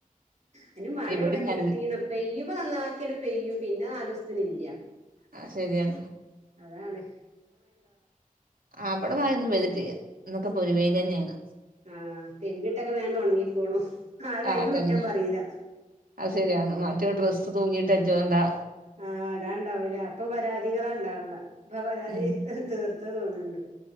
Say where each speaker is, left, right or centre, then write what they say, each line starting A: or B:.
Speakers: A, on the right; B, on the right.
A: അതിന് മഴ
B: ഇവിടിം
A: ഇവിടെ കിട്ടീണ
B: നല്ല
A: പെയ്യുമ്പോ നന്ന ആാക്കല് പെയ്യും പിന്നെ ആലോത്തിന്ല്ല
B: ആഹ ശരിയാണ്
A: അതാളെ
B: അവിടെ ആയ ഒന്നന്ന് വ്തിട്ട ചെയ്യ എന്നൊക്കെ പൊരുവേ തന്നെെയ്യണ
A: ആ പിെൻ വീട്ടൊക്കെ വേണ്ട ഉണങ്ങിിക്കോണു ആരും
B: ആഹ്
A: അയിന്
B: അതന്നെ
A: കുറ്റം പറയില്ല
B: അത് ശരിയാണ് മറ്റൊരു ഡ്രസ്സ് തൂങ്ങിയിട്ട് അജോ വണ്ടാ
A: ആഹ അടാ ഉണ്ടാവലേ അപ്പൊ പരാതികള ഉണ്ടാവ അപ്പൊ പരാതി
B: ഉം
A: തീർത്ത ഇത തോന്നുന്നുണ്ട്